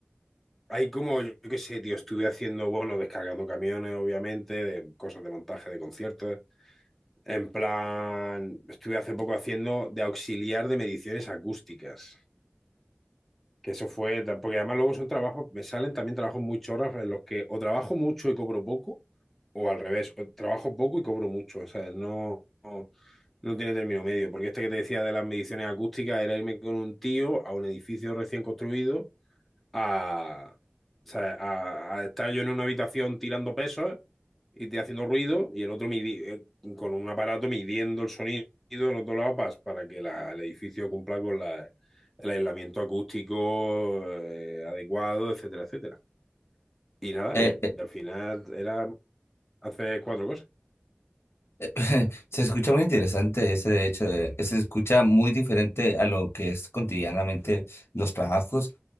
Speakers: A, in the centre; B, on the left.
A: hay como, yo qué sé, tío, estuve haciendo, bueno, descargando camiones, obviamente, de cosas de montaje de conciertos. En plan, estuve hace poco haciendo de auxiliar de mediciones acústicas. Que eso fue, porque además luego son trabajos, me salen también trabajos muy chorras en los que o trabajo mucho y cobro poco, o al revés, o trabajo poco y cobro mucho. O sea, no, no, no tiene término medio, porque este que te decía de las mediciones acústicas era irme con un tío a un edificio recién construido a, o sea, a, a estar yo en una habitación tirando pesos y te haciendo ruido y el otro midi- eh, con un aparato midiendo el sonido en otro lado pa- para que la- el edificio cumpla con la- el aislamiento acústico eh, adecuado, etcétera, etcétera. Y nada,
B: Eh,
A: y al final era hacer cuatro cosas.
B: <laughs> Se escucha muy interesante ese, de hecho, eh, se escucha muy diferente a lo que es cotidianamente los trabajos.